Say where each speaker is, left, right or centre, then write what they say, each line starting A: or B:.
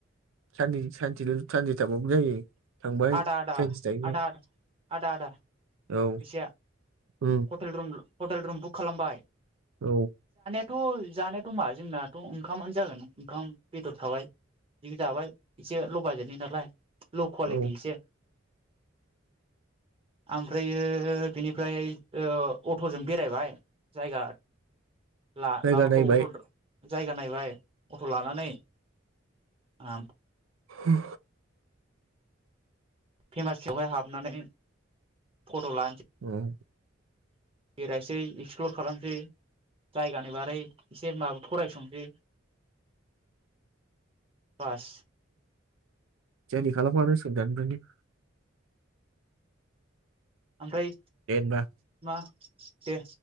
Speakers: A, on the right; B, on the right.
A: साननै सानसेल' सानसे थाबाबो जायो। थांबाय
B: आदा आदा,
A: सानसे थाहैबाय
B: आदा आदा, आदा आदा।
A: औ
B: फैसाया
A: उम
B: hotel room, hotel room book खालामबाय।
A: औ
B: थ' जानायाथ' मा जोंनाथ' ओंखामानो जागोन ना ओंखाम बेदर थाबाय जि जाबाय एसे ल' बाजेटनि नालाय। ल' क्वालिटि
A: औ
B: एसे आम फ्रायो बिनिफ्राय ओ अट'जों बेरायबाय जायगा ला
A: जायगा
B: माबाखौ
A: नायबाय
B: अट' जायगा नायबाय अट' लानानै उम।
A: हो
B: फेमासावहाय हाबनानै फट' ला
A: उम
B: बेरायसै इग्सफ्लर खालामसै जायगानि बारै एसे माबा फरायसंसै बास।
A: द्राइभिं खालामखानांसिगोन दानिफ्रायनो।
B: ओमफ्राय
A: दे होनबा।
B: मा दे।